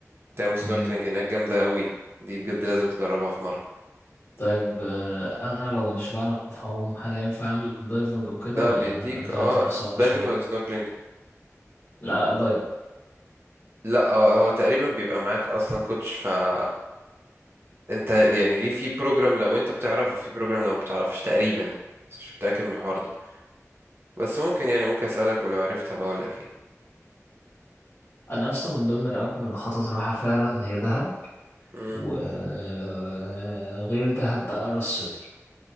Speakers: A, on the right; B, on the left.
A: تعمل سنوركلينج
B: مم.
A: هناك جامده قوي دي بجد لازم تجربها في مره
B: طيب آه، أنا لو مش بعرف أعوم هل هينفع أعمل دايفنج وكده
A: لا
B: ولا
A: بيديك
B: الدنيا
A: اه
B: تبقى صعبة
A: دايفنج
B: شوية؟
A: ولا سنوركلينج
B: لا لا دايفنج
A: لا آه هو تقريبا بيبقى معاك اصلا كوتش فانت يعني دي في بروجرام لو انت بتعرف وفي بروجرام لو ما بتعرفش تقريبا بس مش متاكد من الحوار ده بس ممكن يعني ممكن اسالك ولو عرفتها بقول لك ايه
B: انا اصلا من ضمن الاماكن اللي بخطط اروحها فعلا هي دهب
A: مم.
B: وغير دهب بقى راس سدر